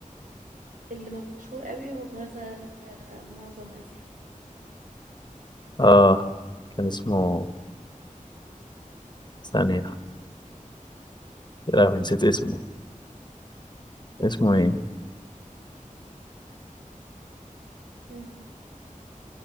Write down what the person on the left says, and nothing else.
اه كان اسمه ثانية يا لهوي نسيت اسمه اسمه ايه